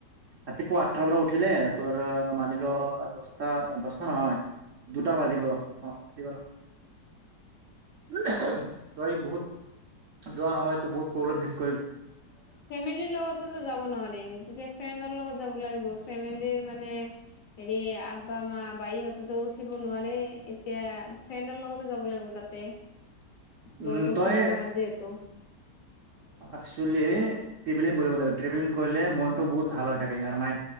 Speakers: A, on the right; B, on the left.
A: ৰাতিপুৱা আঠটাৰ পৰা উঠিলে তোৰ মানি ল দছটা দছটা নহয় দুটা বাজিব অঁ। িব না <unintelligible> ত এই বহুত যোৱাৰ সময়তো বহুত প্ৰব্লেম হৈছে।
B: ফেমিলিৰ লগতোতো যাব নোৱাৰিম তেতিয়া ফ্ৰেণ্ডৰ লগত যাব লাগিব, ফেমিলি মানে হেৰি মা বাই হঁতেতো উঠিব নোৱাৰে, এতিয়া ফ্ৰেণ্ডৰ লগতে যাব লাগিব ত। তাতে
A: উম
B: বহুত ওখ
A: তই
B: পাহাৰ যে এইটো।
A: এক্সৱেলি ট্ৰেভেলিং কৰিব লাগিব ট্ৰেভেলিং কৰিলে মনতটো বহুত ভাল হৈ থাকে, আৰু মাই